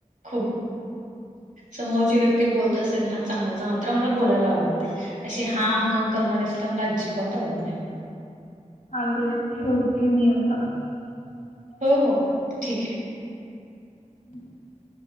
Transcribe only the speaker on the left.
चालेल ठेवते मी आता. ह
हम्